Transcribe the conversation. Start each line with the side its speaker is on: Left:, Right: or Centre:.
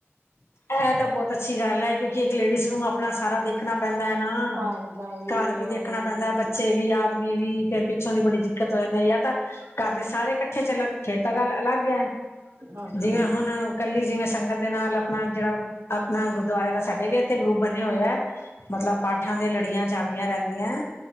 Left: ਐ ਤਾਂ ਬੋਤ ਅੱਛੀ ਗੱਲ ਐ ਕਿਉਂਕਿ ਇੱਕ ਲੇਡੀਜ਼ ਨੂੰ ਆਪਣਾ ਸਾਰਾ ਦੇਖਣਾ ਪੈਂਦਾ ਨਾ
Right: ਘਰ ਦਾ
Left: ਘਰ ਵੀ
Right: ਔਰ
Left: ਦੇਖਣਾ ਪੈਂਦਾ ਬੱਚੇ ਵੀ ਆਦਮੀ ਵੀ ਫੇਰ ਪਿ ਪਿੱਛੋਂ ਦੀ ਬੜੀ ਦਿੱਕਤ ਹੋ ਜਾਂਦੀ ਐ ਜਾਂ ਤਾਂ ਘਰ ਦੇ ਸਾਰੇ ਇਕੱਠੇ ਚੱਲਣ ਫਿਰ ਤਾਂ ਗੱਲ ਅਲੱਗ ਐ।
Right: ਹਾਂਜੀ
Left: ਜਿਵੇਂ ਹੁਣ
Right: ਜੀ
Left: ਕੱਲੀ ਜਿਵੇਂ ਸੰਗਤ ਦੇ ਨਾਲ ਆਪਣਾ ਜੇੜਾ ਆਪਣਾ ਗੁਰਦੁਆਰੇ ਦਾ ਸਾਡੇ ਵੀ ਗਰੁੱਪ ਬਣੇ ਹੋਏ ਐ ਮਤਲਬ ਪਾਠਾਂ ਦੇ ਲੜੀਆਂ ਚੱਲਦੀਆਂ ਰੇਂਦੀਆਂ।